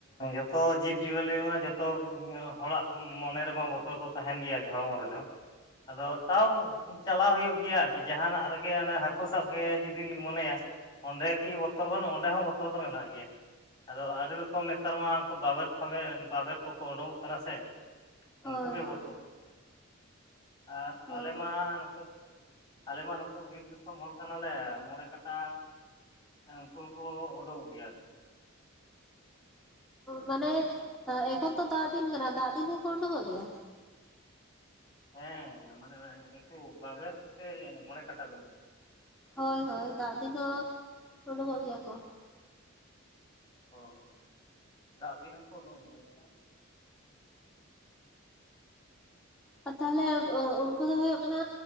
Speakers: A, on the left; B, in the centre.
A: ᱡᱚᱛᱚ ᱡᱤᱵᱽ ᱡᱤᱭᱟᱹᱞᱤ ᱢᱟ ᱡᱚᱛᱚ ᱦᱚᱲᱟᱜ ᱢᱚᱱᱮ ᱨᱮᱢᱟ ᱵᱚᱛᱚᱨ ᱫᱚ ᱛᱟᱦᱮᱱ ᱜᱮᱭᱟ ᱟᱨᱠᱤ ᱦᱚᱲ ᱢᱚ ᱨᱮ ᱫᱚ ᱟᱫᱚ ᱛᱟᱣ ᱪᱟᱞᱟᱣ ᱦᱳᱭᱳᱜ ᱜᱮᱭᱟ ᱟᱨᱠᱤ ᱡᱟᱦᱟ ᱱᱟᱜ ᱨᱮ ᱜᱮ ᱚᱱᱮ ᱦᱟᱹᱠᱩ ᱥᱟᱵ ᱜᱮ ᱡᱩᱫᱤ ᱞᱤᱧ ᱢᱚᱱᱮ ᱭᱟ ᱚᱸᱰᱮ ᱠᱤ ᱵᱚᱛᱚᱨ ᱵᱟᱹᱱᱩᱜ-ᱟ ᱚᱸᱰᱮ ᱦᱚᱸ ᱵᱚᱛᱚᱨ ᱫᱚ ᱢᱮᱱᱟᱜ ᱜᱮᱭᱟ ᱟᱫᱚ ᱟᱹᱰᱤ ᱨᱚ ᱠᱚᱢ ᱱᱮᱛᱟᱨ ᱢᱟ ᱩᱱᱠᱩ ᱵᱟᱵᱮᱨ ᱯᱷᱟᱵᱮᱨ ᱵᱟᱵᱮᱨ ᱠᱚ ᱠᱚ ᱩᱰᱩᱝ ᱚᱜ ᱠᱟᱱᱟ ᱥᱮ ᱩᱱᱠᱩ
B: ᱦᱳᱭ
A: ᱜᱮ
B: ᱦᱳᱭ
A: ᱵᱚᱛᱚᱨ ᱫᱚ ᱟᱨ
B: ᱦᱳᱭ
A: ᱟᱞᱮ ᱢᱟ ᱱᱚᱛᱮ ᱟᱞᱮ ᱢᱟ ᱱᱚᱛᱮ ᱵᱤᱨ ᱫᱤᱥᱚᱢ ᱦᱚᱲ ᱠᱟᱱᱟ ᱞᱮ ᱢᱚᱬᱮ ᱠᱟᱴᱟ ᱩᱱᱠᱩ ᱦᱚᱸ ᱠᱚ ᱩᱰᱩᱠᱚᱜ ᱜᱮᱭᱟ ᱟᱨᱠᱤ
B: ᱢᱟᱱᱮ ᱮᱠᱷᱚᱱ ᱛᱚ ᱫᱟᱜ ᱫᱤᱱ ᱠᱟᱱᱟ ᱫᱟᱜ ᱫᱤᱱ ᱦᱚᱸᱠᱚ ᱩᱰᱩᱠᱚᱜ ᱜᱮᱭᱟ᱾
A: ᱦᱮᱸ ᱢᱟᱱᱮ ᱩᱱᱠᱩ ᱵᱟᱵᱮᱨ ᱥᱮ ᱢᱚᱬᱮ ᱠᱟᱴᱟ ᱵᱤᱱ
B: ᱦᱳᱭ ᱦᱳᱭ ᱫᱟᱜ ᱫᱤᱱ ᱦᱚᱸ ᱩᱰᱩᱝ ᱚᱜ ᱜᱮᱭᱟ ᱠᱚ
A: ᱦᱳᱭ ᱫᱟᱜ ᱫᱤᱱ ᱦᱚᱸᱠᱚ ᱩᱰᱩᱝ ᱚᱜ ᱜᱮᱭᱟ ᱠᱚ
B: ᱟᱫᱚ ᱛᱟᱦᱚᱞᱮ ᱩᱱᱠᱩ ᱫᱚ ᱦᱩᱭᱩᱜ ᱠᱟᱱᱟ